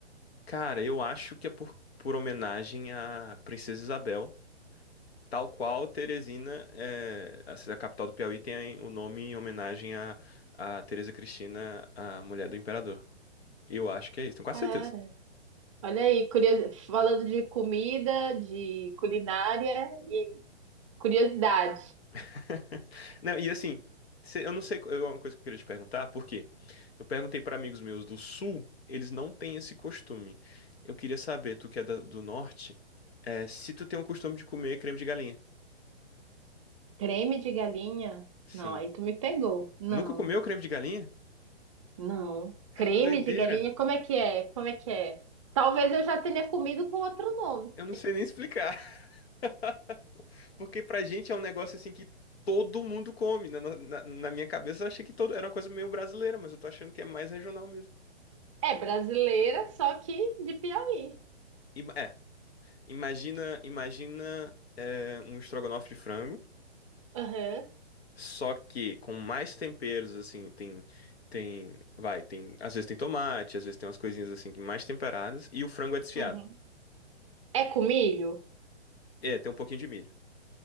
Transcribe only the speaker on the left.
Cara, eu acho que é por, por homenagem à Princesa Isabel, tal qual Teresina, é, a cidade capital do Piauí, tem o nome em homenagem à, à Teresa Cristina, a mulher do imperador. Eu acho que é isso, tenho quase
certeza.
<laughs> Não, e assim, cê- eu não sei, co- é uma coisa que eu queria te perguntar, por quê? Eu perguntei para amigos meus do sul, eles não têm esse costume. Eu queria saber, tu que é da- do norte, é, se tu tem o costume de comer creme de galinha.
Sim.
Nunca comeu creme de galinha?
Cara,
que doideira.
Eu não sei nem explicar. <laughs> Porque pra gente é um negócio assim que todo mundo come. Na, na- na minha cabeça eu achei que todo era uma coisa meio brasileira, mas eu tô achando que é mais regional mesmo.
E, é, Imagina, imagina é, um estrogonofe de frango,
só que com mais temperos, assim, tem, tem, vai, tem, às vezes tem tomate, às vezes tem umas coisinhas assim, mais temperadas, e o frango é desfiado.
É, tem um pouquinho de milho.